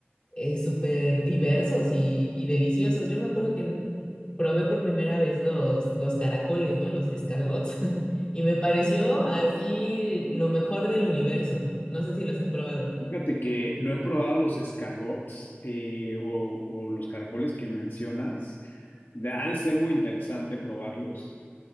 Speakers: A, on the left; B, on the left.
A: eh, súper diversos y, y deliciosos. Yo me acuerdo que n- probé por primera vez los, los caracoles, ¿no? Los escargots. <laughs> Y me pareció así lo mejor del universo. No sé si los has probado.
B: Fíjate que no he probado los escargots eh, o, o los caracoles que me mencionas. De- ha de ser muy interesante probarlos.